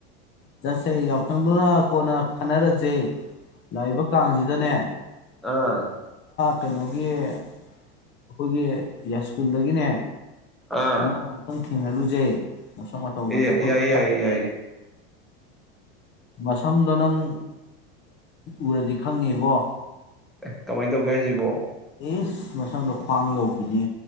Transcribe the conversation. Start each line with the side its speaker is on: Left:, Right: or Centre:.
Left: ꯆꯁꯦ ꯌꯥꯎꯁꯪꯗꯨꯅ ꯀꯣꯟꯅ ꯈꯟꯅꯔꯁꯦ ꯂꯥꯛꯏꯕ ꯀꯥꯡꯁꯤꯗꯅꯦ
Centre: ꯑꯥ
Left: ꯀꯩꯅꯣꯒꯤ ꯑꯩꯈꯣꯏꯒꯤ ꯌꯥꯏꯁꯀꯨꯜꯗꯒꯤꯅꯦ
Centre: ꯑꯥ
Left: ꯑ ꯊꯦꯡꯅꯜꯔꯨꯁꯦ ꯑꯁ ꯃ ꯇ ꯎꯕ
Centre: ꯌꯥꯏꯌꯦ
Left: ꯆꯪꯄꯣꯟꯒ
Centre: ꯌꯥꯏꯌꯦ
Left: ꯆꯅꯤ
Centre: ꯌꯥꯏꯌꯦ
Left: ꯃꯁꯝꯗꯣ ꯅꯪ ꯎꯔꯗꯤ ꯈꯪꯉꯤꯕꯣ
Centre: ꯑꯦ ꯀꯃꯥꯏꯅ ꯇꯧꯒꯦ ꯍꯥꯏꯁꯤꯕꯣ
Left: ꯑꯦ ꯃꯁꯪꯅꯣ ꯈ꯭ꯋꯥꯡ ꯌꯧꯕꯤꯅꯤ